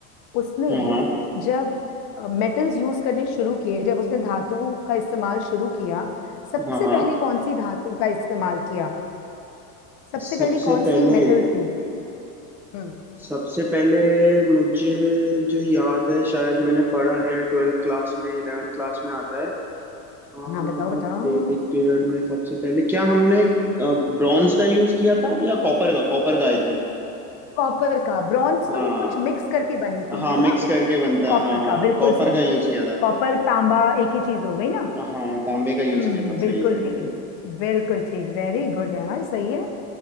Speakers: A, on the left; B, in the centre.
A: उसने
B: हाँ हाँ
A: जब मेटल्स यूज करने शुरू किए जब उसने धातु का इस्तेमाल शुरू किया सबसे
B: हाँ हाँ
A: पहले कौन सी धातु का इस्तेमाल किया सबसे
B: सबसे
A: पहले कौन सी
B: पहले
A: मेटल थी हम्म
B: सबसे पहले मुझे जो याद है शायद मैंने पढ़ा है ट्वेल्थ क्लास में इलेवेंथ क्लास में आता है अ, वैदिक
A: हाँ बताओ बताओ
B: पीरियड में सबसे पहले क्या हमने ब्रॉन्ज का यूज किया था या कॉपर का कॉपर का आई थिंक
A: कॉपर का ब्रॉन्ज
B: हाँ
A: तो वो कुछ मिक्स करके बनी थी
B: हाँ
A: है
B: मिक्स
A: ना
B: करके बनता
A: कॉपर
B: है हाँ हाँ
A: का बिल्कुल
B: कॉपर
A: सही
B: का यूज किया था
A: कॉपर तांबा एक ही चीज हो गई ना
B: हाँ तांबे का यूज
A: हम्म
B: किया था सही
A: बिल्कुल
B: सही
A: ठीक
B: सही
A: बिल्कुल ठीक वेरी गुड यार सही है